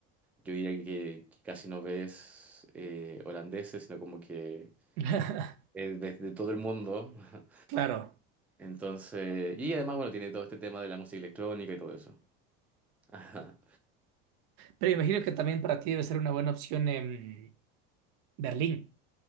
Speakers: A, in the centre; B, on the right.
A: yo diría que, que casi no ves eh, holandeses, sino como que
B: <laughs>
A: es de, todo el mundo. <laughs>
B: claro.
A: Entonces, y además, bueno, tiene todo este tema de la música electrónica y todo eso. <laughs> Ajá.
B: Pero imagino que también para ti debe ser una buena opción en Berlín.